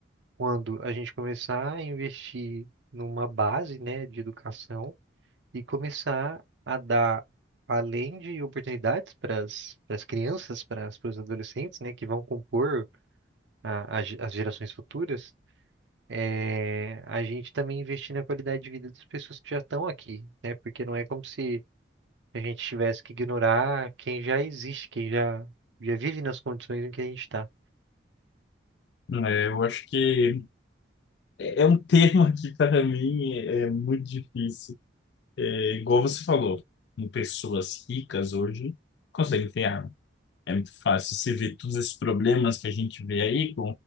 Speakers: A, on the right (about 70°); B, on the left (about 60°).
A: quando a gente começar a investir numa base, né, de educação e começar a dar, além de oportunidades para as crianças, para os adolescentes, né, que vão compor a- a ge- as gerações futuras, eh, a gente também investir na qualidade de vida das pessoas que já estão aqui, né, porque não é como se a gente tivesse que ignorar quem já existe, quem já, já vive nas condições em que a gente está.
B: É, eu acho que é é um termo que para mim é, é muito difícil. É, igual você falou, em pessoas ricas hoje conseguem ter arma. É muito fácil. Você vê todos esses problemas que a gente vê aí